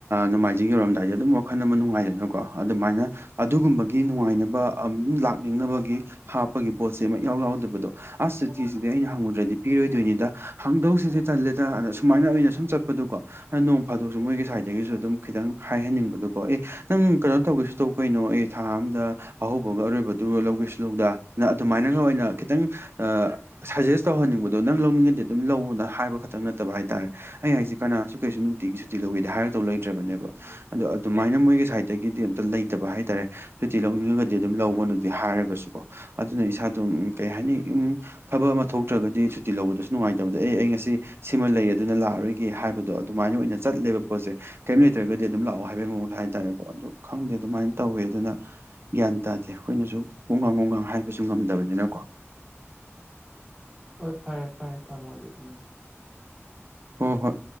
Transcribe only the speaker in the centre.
ꯍꯣꯏ ꯐꯔꯦ ꯐꯔꯦ ꯊꯝꯃꯣꯗꯤ ꯎꯝ